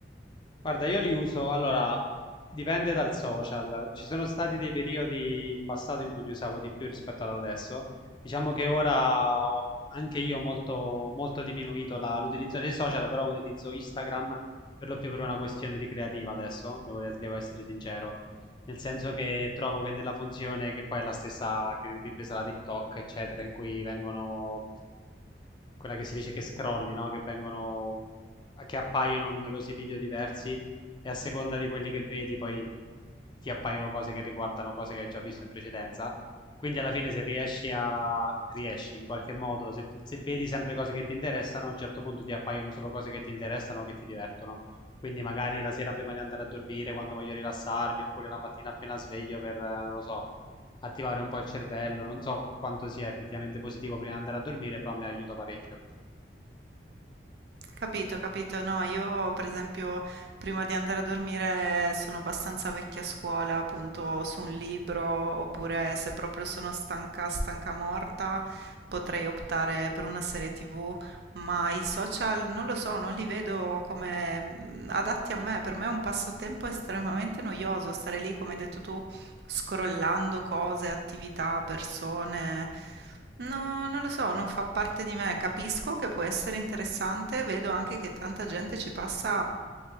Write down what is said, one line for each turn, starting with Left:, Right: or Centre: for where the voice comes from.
Left: Guarda, io li uso, allora, dipende dal social. Ci sono stati dei periodi in passato in cui li usavo di più rispetto ad adesso. Diciamo che ora ho- anche io ho molto, molto diminuito la- l'utilizzo dei social, però utilizzo Instagram per lo più per una questione ricreativa adesso, devo, de- devo essere sincero. Nel senso che trovo che nella funzione, che poi è la stessa che ripresa da TikTok, eccetera, in cui vengono quella che si dice che scrolli, no? Che vengono, che appaiono numerosi video diversi e a seconda di quelli che vedi poi ti appaiono cose che riguardano cose che hai già visto in precedenza. Quindi alla fine se riesci a, riesci in qualche modo, se, se vedi sempre cose che ti interessano, a un certo punto ti appaiono solo cose che ti interessano o che ti divertono. Quindi magari la sera prima di andare a dormire, quando voglio rilassarmi, oppure la mattina appena sveglio per, eh, non lo so, attivare un po' il cervello. Non so quanto sia effettivamente positivo prima di andare a dormire, però mi aiuta parecchio.
Right: Capito, capito. No, io per esempio prima di andare a dormire sono abbastanza vecchia scuola, appunto su un libro, oppure se proprio sono stanca, stanca morta, potrei optare per una serie TV, ma i social non lo so, non li vedo come mm, adatti a me. Per me è un passatempo estremamente noioso stare lì, come hai detto tu, scrollando cose, attività, persone. No, non lo so, non fa parte di me. Capisco che può essere interessante, vedo anche che tanta gente ci passa